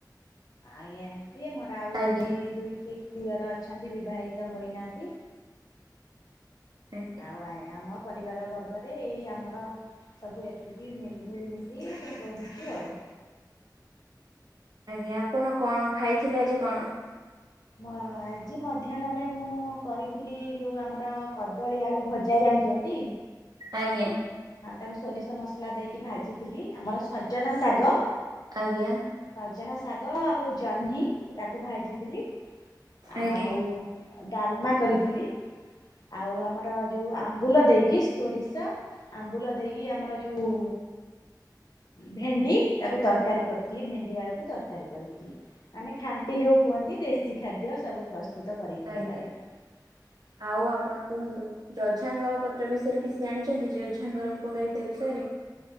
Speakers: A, on the left; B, on the right.
A: ଆଉ ଏମିତି ମୋର ଆହୁରି
B: ଆଜ୍ଞା ଆଜ୍ଞା
A: ଦୁଇଟି ଦିଅର ଅଛନ୍ତି ବିବାହିତ ହୋଇନାହାନ୍ତି।
B: ଆଜ୍ଞା।
A: ଆଉ ଆଇ ଆମ ପରିବାର ବର୍ଗରେ ଏଇ ଆମର ସବୁ ଏତିକି ମିଳିମିଶି କି ରହୁଛୁ ଆଉ।
B: ଆଜ୍ଞା ଆପଣ କଣ ଖାଇଥିଲେ ଆଜି କଣ?
A: ଆଜି ମଧ୍ୟାହ୍ନରେ ମୁଁ କରିଥିଲି ଯୋଉ ଆମର କଦଳୀ ଆଳୁ ଭଜା ଜାଣି ଜନ୍ତି।
B: ଆଜ୍ଞା।
A: ହଁ ତାକୁ ସୋରିଷ ମସଲା ଦେଇକି ଭାଜିଥିଲି। ଆମର ସଜନା ଶାଗ
B: ଆଜ୍ଞା।
A: ସଜନା ଶାଗ ଆଉ ଜହ୍ନି ତାକୁ ଭାଜିଥିଲି।
B: ଆଜ୍ଞା
A: ଆଉ ଡାଲମା କରିଥିଲି। ଆଉ ଆମର ଯେଉ ଆମ୍ବୁଲ ଦେଇକି ସୋରିଷ ଆମ୍ବୁଲ ଦେଇକି ଆମର ଯୋଉ ଭେଣ୍ଡି ତାକୁ ତରକାରୀ କରିଥିଲି ଭେଣ୍ଡି ଆଳୁକୁ ତରକାରୀ କରିଥିଲି। ମାନେ ଖାଣ୍ଟି ଯୋଉ କୁହନ୍ତି ଦେଶୀ ଖାଦ୍ୟ ସବୁ ପ୍ରସ୍ତୁତ କରିଥିଲି
B: ଆଜ୍ଞା।
A: <inaudible>
B: ଆଉ ଆପଣ କୁହନ୍ତୁ? ଜଝାଙ୍ଗ ପତ୍ର ବିଷୟରେ କିଛି ଜାଣିଛନ୍ତି? ଜଝାଙ୍ଗର ଉପକାରିତା ବିଷୟରେ?